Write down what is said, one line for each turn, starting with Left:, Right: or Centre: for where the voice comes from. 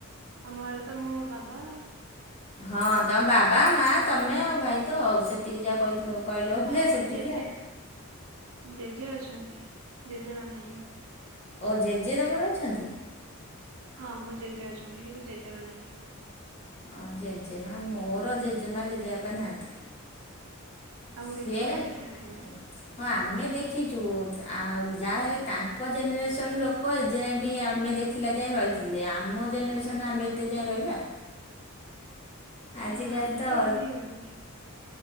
Right: ଆମ ଘଲେ ତ ମୋ ବାବା
Left: ହଁ ତୋମ ବାବା ମା ତୋମେ ଆଉ ଭାଇ ତ ଆଉ ସେତିକି ଯାହା କହିଥିଲ। କହିଲ
Right: ହଁ
Left: ଯେ
Right: ଆମ
Left: ସେତିକ।
Right: ଜେଜେ ଜେଜେ ଅଛନ୍ତି, ଜେଜେମା ନାହିଁ।
Left: ଓ ଜେଜେ ତୋମର ଅଛନ୍ତି?
Right: ହଁ ମୋ ଜେଜେ ଅଛନ୍ତି, କିନ୍ତୁ ଜେଜେମା ନାହିଁ।
Left: ହଁ ଜେଜେମା ମୋର ଜେଜେମା ଜେଜେବାପା ନାହାନ୍ତି।
Right: ଆଉ
Left: ସିଏ
Right: ଦେଖିଛ ନା ଦେଖିନ ତୋମେ?
Left: ହଁ ଆମେ ଦେଖିଛୁ ଆ, ଯାହାହେଲେ ତାଙ୍କ ଜେନେରେସନ୍ ଲୋକ ଏ ଯାଏଁ ବି ଆମେ ଦେଖ ଖିଲା ଯାଏଁ ରହିଥିଲେ, ଆମ ଜେନେରେସନ୍ ଆମେ ଏତେ ଯାଏଁ ରହିବା। ଆଜିିକାଲି
Right: ନା ଆମେ
Left: ତ
Right: ରହିବାନି